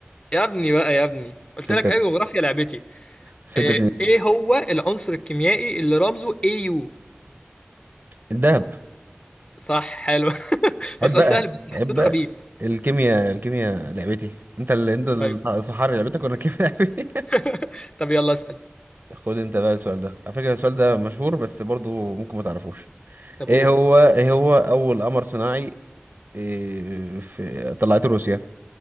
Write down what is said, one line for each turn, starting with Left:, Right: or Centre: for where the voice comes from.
Left: يا ابني بقى يا ابني
Right: ستة
Left: قلت لك اي جغرافيا لعبتي
Right: ستة
Left: ايه
Right: اتنين
Left: إيه هو العنصر الكيميائي اللي رمزه اي يو
Right: الدهب
Left: صح حلو <laughs>
Right: عيب
Left: هو سؤال
Right: بقى
Left: سهل بس حسيته
Right: عيب بقى
Left: خبيث
Right: الكيمياء الكيمياء لعبتي انت اللي انت
Left: طيب
Right: الصحاري لعبتك وانا الكيمياء لعبتي <laughs>
Left: <laughs> طب يلا اسال
Right: خد انت بقى السؤال ده على فكرة السؤال ده مشهور بس برضو ممكن ما تعرفوش
Left: طب
Right: ايه
Left: قول
Right: هو ايه هو اول قمر صناعي إيه في طلعته روسيا